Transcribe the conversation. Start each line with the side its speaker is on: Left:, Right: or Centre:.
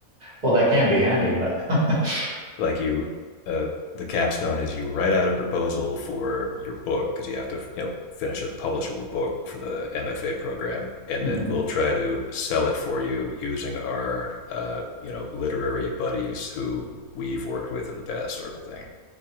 Right: Well, that can be handy, but <laughs>
Left: like you, uh, the capstone is you write out a proposal for your book because you have to, you know, finish a publishable book for the MFA program, and
Right: Mhm.
Left: then we'll try to sell it for you using our, uh, you know, literary buddies who we've worked with in the past, sort of thing.